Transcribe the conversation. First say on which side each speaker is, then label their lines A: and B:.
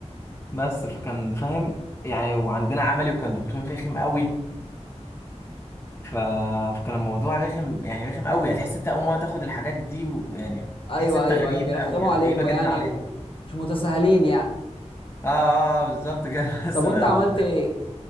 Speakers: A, on the left; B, on the left.
A: بس فكان فاهم يعني وعندنا عملي وكان دكتور رخم قوي ف... فكان الموضوع رخم يعني رخم قوي هتحس انت اول مره تاخد الحاجات دي ويعني
B: ايوه
A: تحس انت
B: ايوه
A: غريب
B: ايوه بيرخموا
A: قوي يعني
B: عليكوا
A: غريبه جدا
B: يعني ومش متساهلين يعني
A: اه اه بالظبط كده <laughs> بس
B: طب وانت
A: بقى
B: عملت
A: ال-
B: ايه